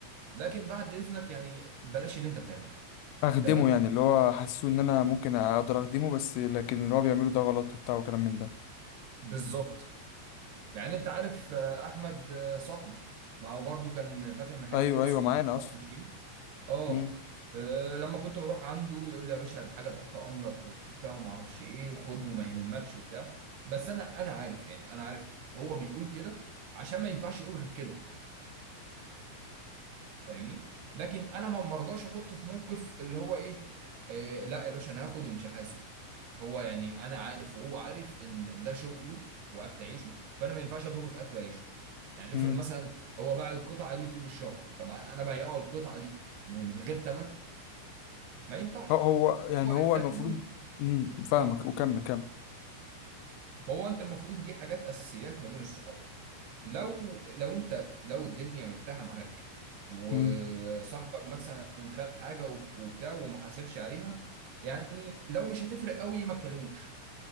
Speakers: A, on the right; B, on the left.
A: لكن بعد اذنك يعني بلاش اللي انت بتعمله
B: اخدمه
A: تمام
B: يعني اللي هو حاسه ان انا ممكن اقدر اخدمه بس لكن اللي هو بيعمله ده غلط وبتاع وكلام من ده
A: بالظبط يعني انت عارف آه، احمد آه، صاحبي ما هو برضه كان فاتح محل
B: ايوه
A: لبس
B: ايوه
A: وبتاع
B: معانا اصلا
A: ماشي اه
B: امم
A: آه، لما كنت بروح عنده يقول لي يا باشا الحاجه تحت امرك وبتاع وما اعرفش ايه وخد وما يهمكش وبتاع بس انا انا عارف يعني انا عارف هو بيقول كده عشان ما ينفعش يقول غير كده فاهمني لكن انا ما مرضاش احطه في موقف اللي هو ايه آه لا يا باشا انا هاخد ومش هحاسب هو يعني انا عارف وهو عارف ان ده شغله واكل عيشه فانا ما ينفعش اضره في اكل عيشه يعني
B: امم
A: افرض مثلا هو باع القطعه دي طول الشهر طب انا بايعه القطعه دي م- من غير ثمن ما ينفعش
B: هو هو يعني
A: فهو
B: هو
A: انت
B: المفروض
A: لازم
B: امم فاهمك
A: اه
B: وكمل كمل
A: فهو انت المفروض دي حاجات اساسيات ما بين الصحاب لو لو انت لو الدنيا مرتاحه معاك وصاحبك
B: امم
A: مثلا خد حاجه وب- وبتاع وما حاسبش عليها يعني لو مش هتفرق قوي ما تكلموش